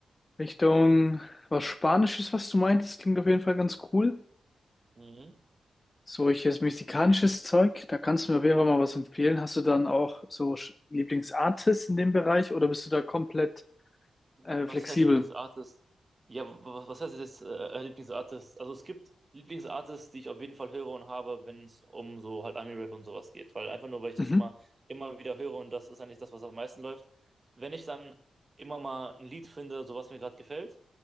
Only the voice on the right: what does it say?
Mhm.
Was
heißt Lieblingsartist? Ja, was, was heißt jetzt äh, Lieblingsartist? Also es gibt Lieblingsartists, die ich auf jeden Fall höre und habe, wenn es um so halt Ami-Rap und sowas geht. Weil einfach nur, weil ich
das immer,
immer wieder höre und das ist eigentlich das, was am meisten läuft. Wenn ich dann immer mal ein Lied finde, so was mir gerade gefällt,